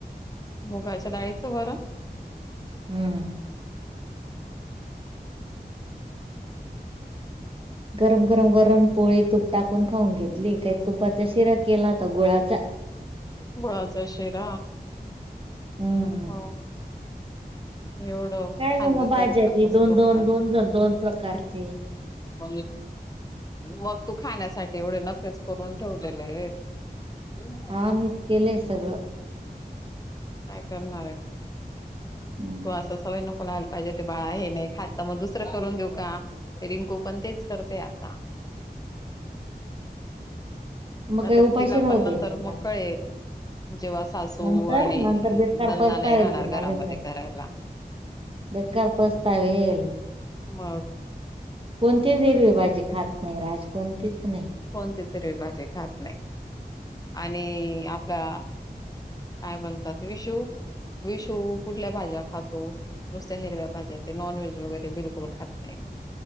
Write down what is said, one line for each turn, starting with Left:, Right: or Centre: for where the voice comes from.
Left: मुगाच्या डाळीचं वरण
Right: हम्म. गरम गरम वरून पोळी तूप टाकून खाऊन घेतली काही तुपाचा शिरा केला होता गुळाचा
Left: गुळाचा शिरा
Right: हम्म
Left: हो एवढं
Right: काय
Left: खाल्लं
Right: ग मग भाज्या
Left: तरी पण कसं
Right: दोन
Left: दुखतात.
Right: दोन दोन ज दोन प्रकारचे
Left: म मग तू खाण्यासाठी एवढे नक्कीच करून ठेवलेले आहेत आप
Right: हा मीच केलंय सगळं
Left: काय करणार आहे
Right: मग
Left: तो
Right: काय
Left: सवय नको लाहायला पाहिजे ते बाळा हे नाही खातात मग दुसरं करून देऊ का रिंकू पण तेच करते आता
Right: मग काय
Left: आता
Right: उपाशी
Left: तिला
Right: राहू
Left: पण नंतर
Right: द्यायचं का?
Left: मग कळेल जेव्हा सासू
Right: नंतर
Left: आणि
Right: नंतर बेकार
Left: नंणदा
Right: पस्तावेल
Left: नाही राहणार
Right: ते माझ्यासंग.
Left: घरामध्ये करायला
Right: बेकार पस्तावेल
Left: मग
Right: कोणतीच हिरवी भाजी खात नाही राज कोणतीच नाही
Left: कोणती हिरवी भाजी खात नाही आणि आपला काय बणतात विशू विशू कुठल्या भाज्या खातो नुसत्या हिरव्या भाज्या ते नॉनव्हेज वगैरे बिलकुल खात नाही